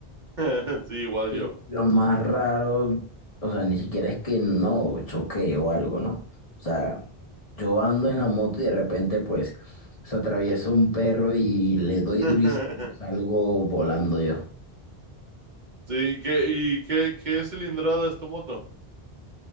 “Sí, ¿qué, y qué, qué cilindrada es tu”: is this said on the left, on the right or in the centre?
Right